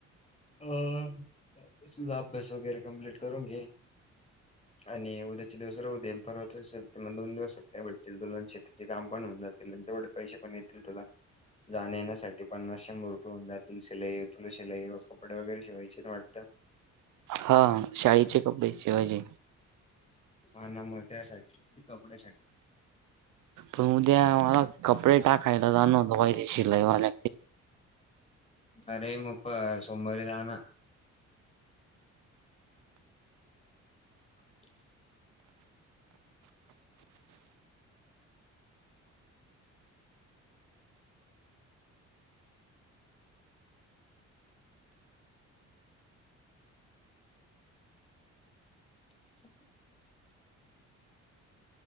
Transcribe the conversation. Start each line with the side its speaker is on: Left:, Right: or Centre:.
Left: अ सुधा अभ्यास वगैरे कम्प्लीट करून घे आणि उद्याचे दिवस र उ देेमार सुटते मग दोन दिवस सुटते भेतील दुला तचे काम पण होऊन जाेल आणि तेवढे पैसे पण येतील तुला जाण येण्यासाठी पन्नासशे मोरठे होऊन जातील शिलाई तुला शिलाई व कपडे वगैरे शिवायची वाटतं
Right: हा शाळेचे कपडे शिवाजी
Left: ह ना मो त्या्यासाठी कपड्यासाठी
Right: पण उद्या मला कपडे टाकायला जाणवता पाहिे शिलाईवाला
Left: अरे मुप सोमर जाना ह <inaudible>